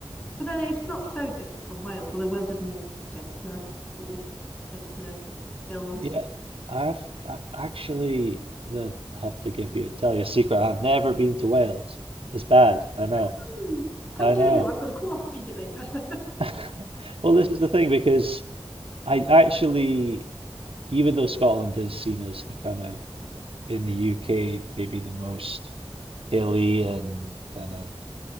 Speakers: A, on the left; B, on the right.
A: But then it's not so different from Wales, although Wales is more gentler, sort of gentler hills.
B: Yeah. I've I actually the have to give you tell you a secret. I've never been to Wales. It's bad. I know.
A: Oh, how
B: I
A: dare
B: know.
A: you! I'm going to call off immediately. <laughs> I
B: <laughs> Well, this is the thing because I actually even though Scotland is seen as the kind of in the UK maybe the most hilly and kind of